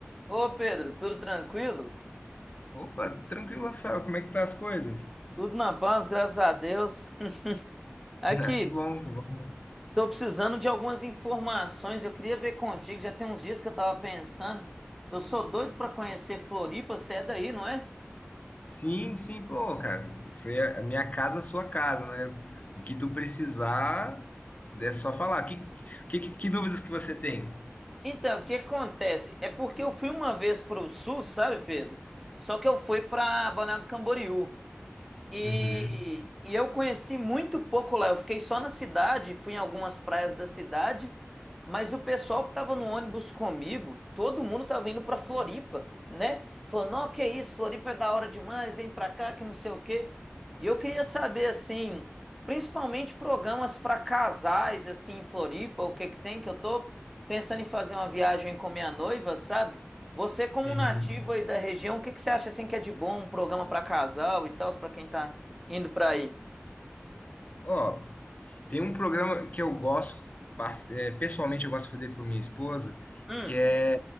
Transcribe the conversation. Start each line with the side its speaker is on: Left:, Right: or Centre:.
Centre: Ô Pedro, tudo tranquilo?
Left: Opa, tranquilo, Rafael. Como é que tá as coisas? <laughs>
Centre: Tudo na paz, graças a Deus. <laughs> Aqui,
Left: Ah, que bom, que bom.
Centre: tô precisando de algumas informações. Eu queria ver contigo, já tem uns dias que eu tava pensando. Eu sou doido pra conhecer Floripa, você é daí, não é?
Left: Sim, sim, pô, cara. Você, a minha casa, a sua casa, né? O que tu precisar, é só falar. Que, que, que, que dúvidas que você tem?
Centre: Então, o que acontece? É porque eu fui uma vez pro sul, sabe, Pedro? Só que eu fui pra Balneário do Camboriú. E,
Left: Uhum,
Centre: e eu conheci muito pouco lá. Eu fiquei só na cidade, fui em algumas praias da cidade, mas o pessoal que tava no ônibus comigo, todo mundo tava indo pra Floripa, né? Falando, não, que isso, Floripa é da hora demais, vem pra cá, que não sei o quê. E eu queria saber assim, principalmente programas para casais assim em Floripa, o que que tem que eu tô pensando em fazer uma viagem com minha noiva, sabe? Você como
Left: uhum.
Centre: nativo aí da região, o que que você acha assim que é de bom um programa para casal e tal, para quem tá indo para aí?
Left: Ó, tem um programa que eu gosto, par- é, pessoalmente eu gosto de fazer com minha esposa,
Centre: Hum.
Left: que é...